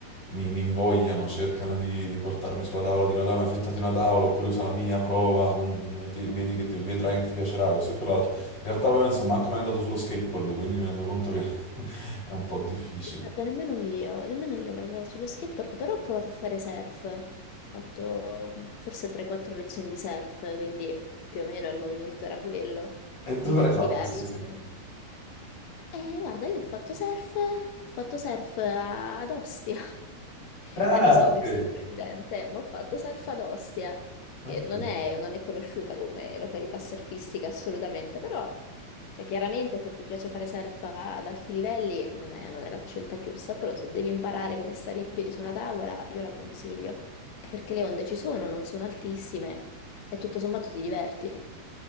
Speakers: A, on the left (about 35°); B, on the left (about 65°).
A: mi- mi invogliano, cercano di, di portarmi sulla tavola, dicono dai, ma affittati una tavola oppure usa la mia, prova, non- ti- vedi che ti- vedrai che ti piacerà, questo e quell'altro. In realtà poi non so manco mai andato sullo skateboard, quindi mi rendo conto che <laughs> è un po' difficile.
B: Guarda, nemmeno io, nemmeno io mai andata sullo skateboard, però ho provato a fare surf, ho fatto forse 3-4 lezioni di surf, quindi più o meno il movimento era quello,
A: E dove
B: Dif-
A: l'hai fatto
B: diverso
A: stasera?
B: sicuramente. Eh, guarda, io ho fatto surf, ho fatto surf a- ad Ostia. <laughs>
A: Ah,
B: E lo so
A: ok.
B: che è sorprendente, ma ho fatto surf ad Ostia,
A: ok.
B: che non è, non è conosciuta come località surfistica assolutamente, però cioè, chiaramente se ti piace fare surf ad alti livelli non è, non è la scelta giusta, però se devi imparare come stare in piedi su una tavola, io la consiglio, perché le onde ci sono, non sono altissime e tutto sommato ti diverti.